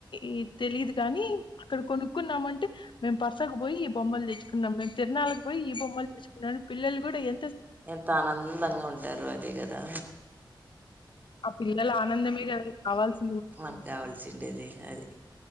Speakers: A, on the left; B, on the right.
A: ఈ తెలీదు గానీ అక్కడ కొనుక్కున్నామంటే మేం పర్సకు బోయి బొమ్మల్ దెచ్చుకున్నాం మేము తిరునాళ్లకు బోయ్ ఈ బొమ్మలు తెచ్చుకున్నాని పిల్లలు గూడ ఏ
B: ఎంత ఆనందంగ ఉంటారు అదే గదా
A: ఆ పిల్లల ఆనందం గద కావాల్సి
B: మనక్ గావల్సిండేది అది